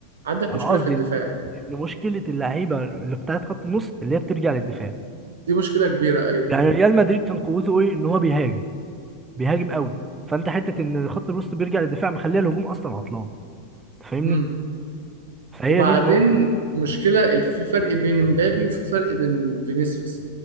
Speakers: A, on the right (about 65°); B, on the right (about 15°).
A: عندك
B: انا
A: مشكله
B: قصدي
A: في الدفاع
B: ان إن مشكله اللعيبه اللي بتاعت خط النص اللي هي بترجع للدفاع
A: دي مشكله كبيره ايوه
B: يعني ريال مدريد كان قوته ايه ان هو بيهاجم بيهاجم قوي فانت حته ان خط الوسط بيرجع للدفاع مخليه الهجوم اصلا عطلان تفهمني
A: مم.
B: فهي
A: وبعدين
B: دي النقطه
A: مشكلة ال- في فرق بين مبابي وفي فرق بين فينيسيوس